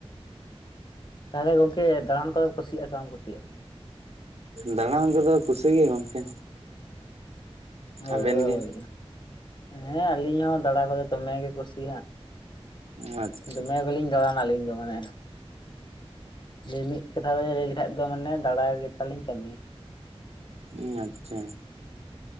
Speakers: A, on the left; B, on the right.
A: ᱛᱟᱦᱚᱞᱮ ᱜᱚᱝᱠᱮ ᱫᱟᱬᱟᱱ ᱠᱚᱫᱚᱚᱢ ᱠᱩᱥᱤᱭᱟᱜᱼᱟ ᱥᱮ ᱵᱟᱢ ᱠᱩᱥᱤᱭᱟᱜᱼᱟ᱾
B: ᱫᱟᱬᱟᱱ ᱠᱚᱫᱚ ᱠᱩᱥᱤ ᱜᱮ ᱜᱚᱝᱠᱮ᱾
A: ᱦᱳᱭ
B: ᱟᱵᱮᱱ
A: ᱦᱳᱭ
B: ᱜᱮ
A: ᱦᱮᱸ ᱟᱹᱞᱤᱧ ᱦᱚᱸ ᱫᱟᱬᱟ ᱠᱚᱫᱚ ᱫᱚᱢᱮ ᱜᱮ ᱠᱩᱥᱤᱭᱟᱜ
B: ᱟᱪᱪᱷᱟ
A: ᱫᱚᱢᱮ ᱜᱮᱞᱤᱧ ᱫᱟᱬᱟᱱᱟ ᱟᱹᱞᱤᱧ ᱫᱚ ᱢᱟᱱᱮ ᱢᱤᱢᱤᱫ ᱠᱟᱛᱷᱟ ᱫᱚ ᱞᱟᱹᱭ ᱞᱮᱠᱷᱟᱡ ᱫᱚ ᱢᱟᱱᱮ ᱫᱟᱲᱟ ᱜᱮ ᱛᱟᱞᱤᱧ ᱠᱟᱹᱢᱤ᱾
B: ᱦᱮᱸ ᱟᱪᱪᱷᱟ